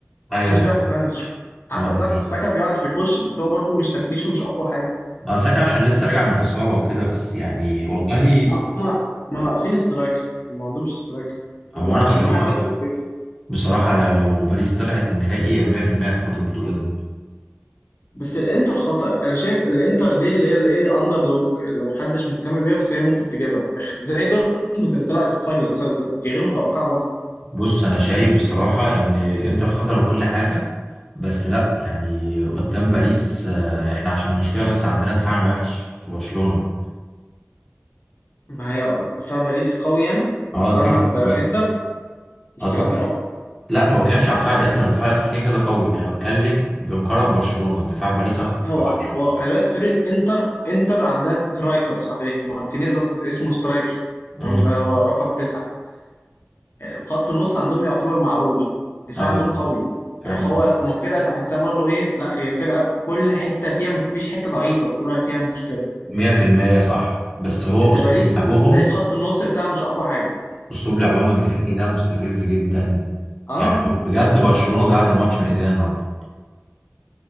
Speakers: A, in the centre; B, on the left.
A: ايوه
B: محدش بيعرف يفنش حتى
A: اه
B: ساكا
A: ده حقيقي.
B: ساكا بيعرف يخش بس هو برضو مش تفنيشه مش اقوى حاجه
A: ما ساكا عشان لسه راجع من اصابة وكده بس يعني والله
B: هما هما هما ناقصين سترايكر هم ما عندهمش سترايكر
A: هو
B: هما
A: انا بصراحة
B: أجنحة بتاعتهم كويسة.
A: بصراحة لا- لو باريس طلعت النهائي 100% هتاخد البطولة دي
B: بس الانتر خطر انا شايف الانتر دي اللي هي الايه اندر دوج اللي محدش مهتم بيها بس هي ممكن تجيبها في الاخر زي دورتموند اللي طلعت الفاينل السنه اللي فاتت دي غير متوقعه
A: بص أنا شايف بصراحة إن الإنتر خطر وكل حاجة بس لأ يعني قدام باريس آه، إحنا عشان المشكلة بس عندنا دفاعنا وحش في برشلونة
B: ما هي دفاع باريس قوي يعني
A: أه
B: مقارنة
A: دفاع باريس
B: بإنتر
A: كويس
B: بس
A: أه طبعا
B: إنتر أقوى
A: لأ ما بتكلمش على دفاع الإنتر دفاع الإنتر كده كده قوي أنا بتكلم بمقارنة برشلونة دفاع باريس
B: آه،
A: أقوى من
B: هو
A: برشلونة
B: هو خلي بالك فرقة إنتر إنتر عندها سترايكر صحيح مارتينيز ده ست- اسمه سترايكر
A: امم
B: تمام؟ ده هو رقم تسعة يعني خط النص عندهم يعتبر معقول دفاع
A: أيوه
B: عندهم قوي
A: فاهم
B: يعني هو
A: قصدك.
B: لا هما فرقة تحسها برضه إيه لا هي فرقة كل حتة فيها مفيش حتة ضعيفة تقول عليها فيها مشكلة
A: 100% صح بس هو
B: أنت
A: أسلوب
B: باريس
A: لعبهم
B: باريس خط النص بتاعها مش أقوى حاجة
A: اسلوب لعبهم الدفاعي ده مستفز جدا
B: اه
A: يعني بجد برشلونة ضيعت الماتش من ايديها النهارده